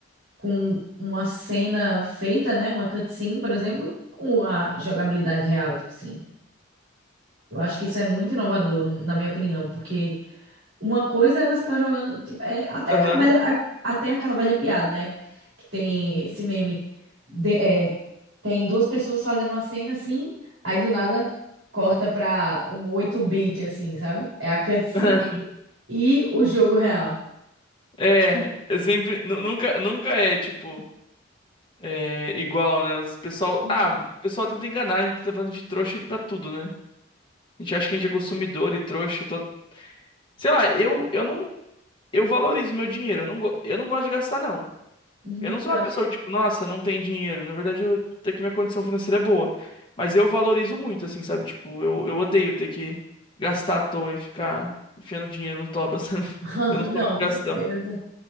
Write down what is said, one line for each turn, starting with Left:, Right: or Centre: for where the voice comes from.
Right: com uma cena feita, né, uma cutscene, por exemplo, com a jogabilidade real, tipo assim. Eu acho que isso é muito inovador, no- na minha opinião, porque Uma coisa é você estar jogando, tipo, é até
Left: Aham.
Right: aquela velha, a- até aquela velha piada, né? Que tem esse meme. de- é, tem duas pessoas fazendo uma cena assim, aí do nada corta pra um oito bit assim, sabe? É a cutscene
Left: <laughs>
Right: e o jogo real.
Left: É, sempre, nu- nunca, nunca é, tipo, é, igual, né? Os pessoal,
Right: Uhum.
Left: ah, o pessoal tenta enganar, a gente tá fazendo de trouxa pra tudo, né? A gente acha que a gente é consumidor e trouxa. Todo... Sei lá, eu, eu não. Eu valorizo meu dinheiro. Eu não, go- eu não gosto de gastar, não.
Right: Uhum,
Left: Eu não sou
Right: eu
Left: uma
Right: acho.
Left: pessoa que, tipo, nossa, não tem dinheiro. Na verdade, eu até que minha condição financeira é boa. Mas eu valorizo muito, assim, sabe? Tipo, eu, eu odeio ter que gastar à toa e ficar enfiando dinheiro no toba, <laughs> sabe?
Right: <laughs>
Left: Eu não sou
Right: Não,
Left: muito
Right: com
Left: gastão.
Right: certeza.